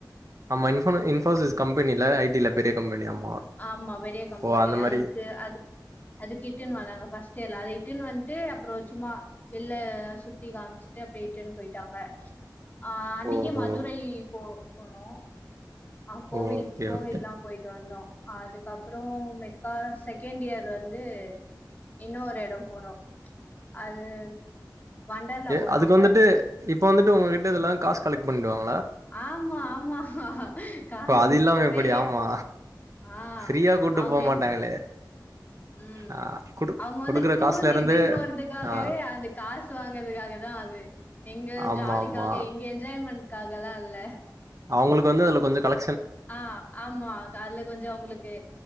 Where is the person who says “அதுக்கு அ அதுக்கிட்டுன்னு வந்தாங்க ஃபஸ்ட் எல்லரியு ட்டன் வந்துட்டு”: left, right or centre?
Left